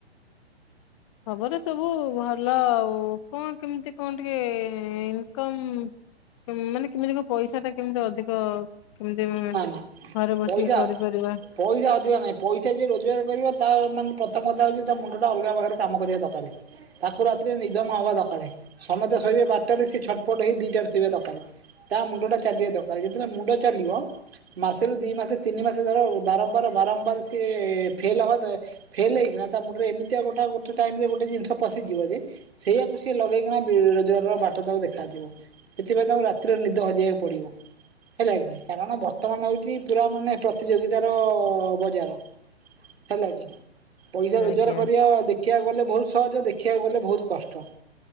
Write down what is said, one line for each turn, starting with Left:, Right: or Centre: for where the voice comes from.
Left: ଖବର ସବୁ ଭଲ ଆଉ କଣ କେମିତି କଣ ଟିକେ ଇନକମ ମାନେ କେମିତି କଣ ପଇସା ଟା କେମିତି ଅଧିକ କେମିତି
Right: ନାଇଁ ନାଇଁ
Left: ଘରେ ବସିକି
Right: ପଇସା
Left: କରିପାରିବା
Right: ପଇସା ଅଧିକ ନାହିଁ ପଇସା ଯିଏ ରୋଜଗାର କରିବ ତାର ମାନେ ପ୍ରଥମ କଥା ହଉଛି ତା ମୁଣ୍ଡଟା ଅଲଗା ପାଖରେ କାମ କରିବା ଦରକାରେ। ତାକୁ ରାତିରେ ନିଦ ନ ହେବା ଦରକାରେ। ସମତେ ଶୋଇବେ ବାରଟାରେ ସିଏ ଛଟପଟ ହେଇ ଦିଟାରେ ଶୋଇବା ଦରକାରେ। ତା ମୁଣ୍ଡଟା ଚାଲିବା ଦରକାର ଯେତେବେଳେ ମୁଣ୍ଡ ଚାଲିବ ମାସେରୁ ଦି ମାସ ତିନି ମାସ ଧର ବାରମ୍ବାର ବାରମ୍ବାର ସିଏ ଫେଲ ହବ ଫେଲ ହେଇକିନା ତା ମୁଣ୍ଡରେ ଏମିତିଆ ଗୋଟା ଗୋଟେ ଟାଇମ ରେ ଗୋଟେ ଜିନିଷ ପଶିଯିବ ଯେ ସେଇଆକୁ ସିଏ ଲଗେଇକିନା ରୋଜଗାରର ବାଟ ତାକୁ ଦେଖାଯିବ। ସେଥିପାଇଁ ତାଙ୍କୁ ରାତିରେ ନିଦ ହଜେଇବାକୁ ପଡ଼ିବ। ହେଲା କିି କାରଣ ବର୍ ବର୍ତ୍ତମାନ ହଉଛି ପୁରା ମାନେ ପ୍ରତିଯୋଗିତାର ବଜାର ହେଲା କି ପଇସା ରୋଜଗାର
Left: ଆଜ୍ଞା।
Right: କରିବା ଦେଖି ଦେଖିବାକୁ ଗଲେ ବହୁତ ସହଜ ଦେଖିବାକୁ ଗଲେ ବହୁତ କଷ୍ଟ।